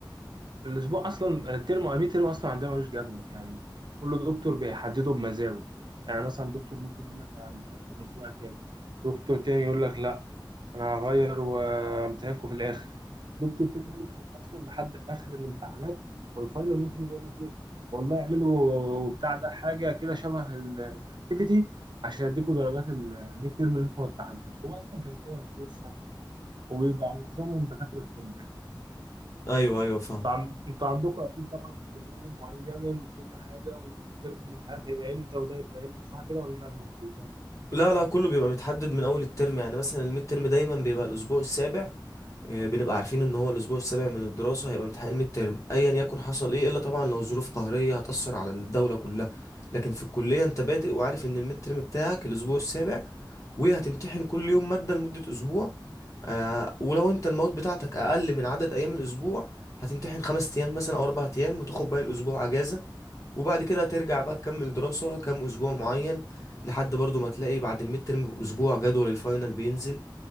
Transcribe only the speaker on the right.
الاسبوع اصلا الترم امي ترم اصلا عندنا ملوش جدول يعني كل دكتور بيحدده بمزاجه يعني مثلا دكتور ممكن يقول لك همتحنكم الاسبوع الجاي دكتور تاني يقول لك لا انا هغير وامتحانكم في الاخر دكتور تاني يكرف اصلا لحد اخر الامتحانات والفاينل ممكن يقول لك ايه والله اعملوا بتاع ده حاجه كده شبه الاكتيفيتي عشان يديكوا درجات الميد تيرم اللي انتوا ما امتحنتهاش هو اصلا كان كارف طول السنه وبيبقى معظمهم دكاتره طب يعني.
عن- انتوا عندكم اكيد طبعا جداول معينه لكل حاجه وميد ترم مش عارف هيبقى امتى وده هيبقى امتى صح كده ولا انا غلطان؟